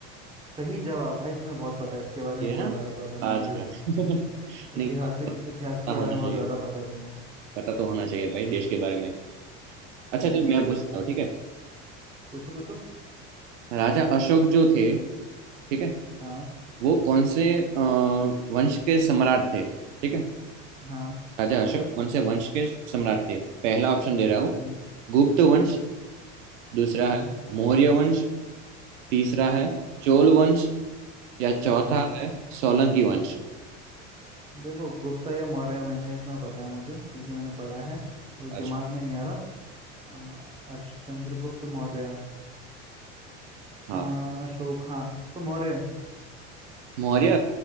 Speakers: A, on the right; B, on the right.
A: सही जवाब भाई तुम्हें बहुत पता है इसके बारे
B: ठीक
A: में
B: है
A: बहुत
B: ना
A: ज्यादा पता है, मान
B: अच्छा
A: लिया
B: <laughs> नहीं
A: ऐतिहासिक
B: पता
A: इतिहास के
B: होना
A: बारे में
B: चाहिए
A: बहुत ज्यादा पता है तुमको
B: पता तो होना चाहिए भाई देश के बारे में अच्छा
A: हाँ
B: चल मैं
A: सही
B: पूछता
A: बात है
B: हूँ ठीक है
A: पूछो पूछो
B: राजा अशोक जो थे ठीक है
A: हाँ
B: वो कौन से अ, वंश के सम्राट थे ठीक है
A: हाँ
B: राजा
A: पूछो
B: अशोक कौन से वंश के सम्राट थे पहला ऑप्शन दे रहा हूँ
A: हम्म
B: गुप्त वंश
A: हाँ
B: दूसरा
A: हाँ
B: है मौर्य वंश तीसरा है
A: हाँ
B: चोल वंश या चौथा
A: हाँ
B: है सोलंकी वंश
A: देखो गुप्ता या मौर्य में से इतना पता है मुझे क्योंकि मैंने पढ़ा है वो दिमाग
B: अच्छा
A: में नहीं आ रहा अ, अश चंद्रगुप्त मौर्य
B: हाँ
A: अ, अशोक हाँ तो मौर्यन
B: मौर्य